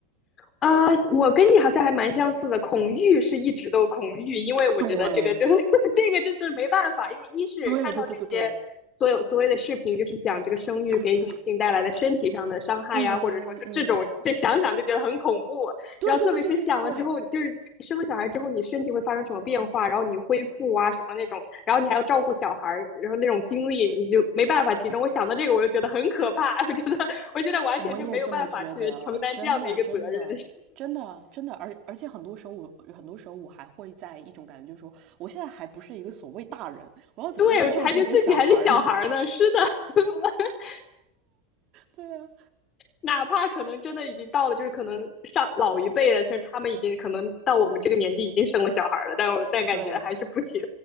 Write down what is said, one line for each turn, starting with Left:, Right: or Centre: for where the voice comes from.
Left: 啊，我跟你好像还蛮相似的。恐育是一直都恐育，因为我觉得这个就
Right: 对，
Left: <laughs> 这个就是没办法，因为一是看到这些所有所谓的视频，
Right: 对，对，对，对，对，
Left: 就是讲这个生育给女性带来的身体上的伤害呀，
Right: 嗯，嗯，
Left: 或者说就这种，
Right: 嗯，嗯。
Left: 就想想就觉得很恐怖。
Right: 对对对对对对对，
Left: 然后特别是想了之后，就是你生了小孩之后，你身体会发生什么变化，然后你恢复啊什么那种，然后你还要照顾小孩儿，然后那种精力你就没办法集中。我想到这个，我就觉得很可怕，<laughs> 我觉得我觉得完全就没有办法去承担这样的一个责任。
Right: 我也这么觉得，真的真的真的真的，而而且很多时候我很多时候我还会在一种感觉，就是说我现在还不是一个所谓大人，我要怎么样去照顾一个小孩呢？
Left: 对，我还觉得自己还是小孩儿呢。是的，<laughs>
Right: 对啊，
Left: 哪怕可能真的已经到了，就是可能上老一辈了，就是他们已经可能到我们这个年纪已经生了小孩儿了，但我但感觉还是不行，
Right: 对，